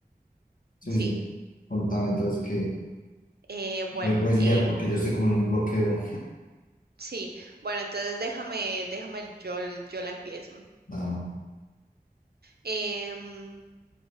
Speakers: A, on the left; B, on the right.
A: Sí,
B: Sí.
A: sí. Contame, entonces, que
B: Eh, bueno,
A: me puedes
B: eh,
A: guiar porque yo estoy como en un bloqueo.
B: sí. Bueno, entonces déjame, déjame, yo, yo la empiezo.
A: Ah,
B: Em,